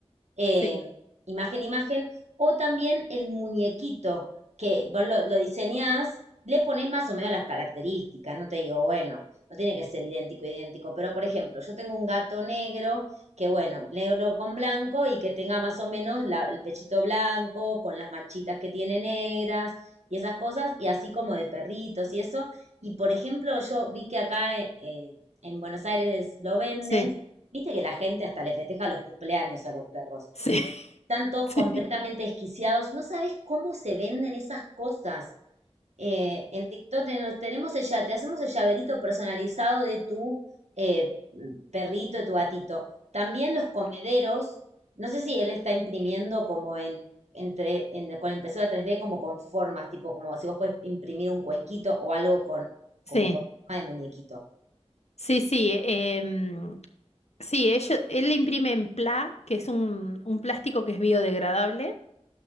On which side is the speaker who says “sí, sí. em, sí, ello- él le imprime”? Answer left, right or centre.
Left